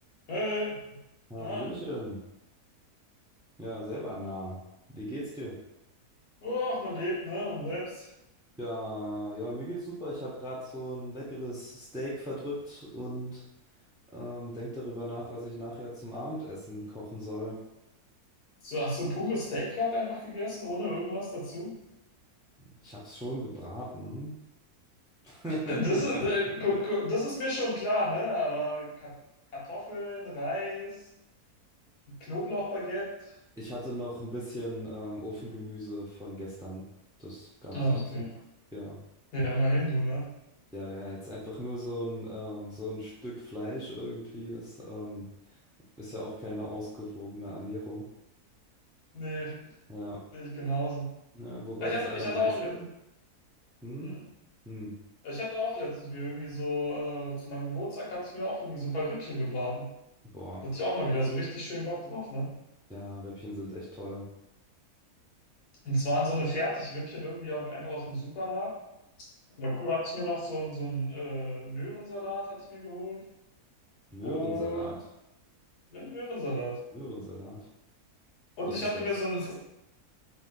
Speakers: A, on the left; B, in the centre.
A: Hey,
B: Hallöchen.
A: na,
B: Ja, selber nah. Wie geht's dir?
A: oh, man lebt, ne? Und selbst.
B: Ja, ja, mir geht's super. Ich habe gerade so ein leckeres Steak verdrückt und ähm, denk darüber nach, was ich nachher zum Abendessen kochen soll.
A: So, hast du pures Steak gerade einfach gegessen, ohne irgendwas dazu?
B: Ich hab's schon gebraten. <laughs>
A: Das ist, äh, gu- gu- das ist mir schon klar, ne? Aber Ka- Kartoffeln, Reis, Knoblauchbaguette.
B: Ich hatte noch ein bisschen ähm, Ofengemüse von gestern. Das gab's
A: Ah,
B: dazu.
A: okay.
B: Ja.
A: Ja, immerhin du, ne?
B: Ja, ja, jetzt einfach nur so ein, ähm, so ein Stück Fleisch irgendwie, das ähm, ist ja auch keine ausgewogene Ernährung.
A: Nee,
B: Ja,
A: sehe ich genauso.
B: ja, wobei
A: Ich
B: das
A: hatte,
B: Allermeiste,
A: ich hatte auch, le-
B: hm?
A: hm?
B: Hm.
A: Ich hatte auch letztens mir irgendwie so, äh, zu meinem Geburtstag hatte ich mir auch irgendwie so ein paar Rippchen gebraten.
B: Boah,
A: Da hatte ich auch mal wieder so richtig schön Bock drauf, ne?
B: ja, Rippchen sind echt toll.
A: Und es waren so eine Fertigrippchen irgendwie auch einfach aus dem Supermarkt. Und dazu hatte ich mir noch so einen, so einen äh, Möhrensalat hatte ich mir geholt.
B: Möhrensalat,
A: Und ja, einen Möhrensalat.
B: Möhrensalat.
A: Und
B: Was
A: ich
B: ist
A: hatte
B: das?
A: mir so einen.